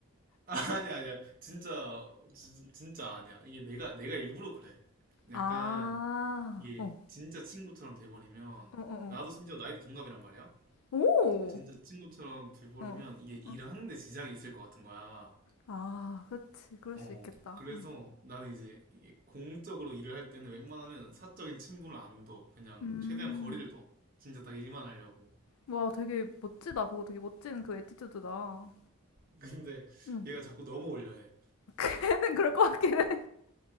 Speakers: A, on the right; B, on the left.
A: <laughs> 아, 아니, 아니야. 진짜, 진, 진짜 아니야. 이게 내가, 내가 일부러 그래. 약간,
B: 아,
A: 이게
B: 어,
A: 진짜 친구처럼 돼버리면
B: 어, 어,
A: 나도
B: 어.
A: 심지어 나이도 동갑이란 말이야.
B: 오,
A: 진짜 친구처럼 돼버리면
B: 어,
A: 이게 일하는데
B: 어.
A: 지장이 있을 것 같은 거야.
B: 아, 그렇지, 그럴
A: 어,
B: 수 있겠다.
A: 그래서
B: 음,
A: 나는 이제 이게 공적으로 일을 할 때는 웬만하면 사적인 친분을 안 둬. 그냥
B: 음,
A: 최대한 거리를 둬. 진짜 딱 일만 하려고.
B: 와, 되게 멋지다. 그거 되게 멋진 그 에티튜드다.
A: <laughs> 근데
B: 음,
A: 얘가 자꾸 넘어올려 해.
B: <laughs> 걔는 그럴 것 같긴 해.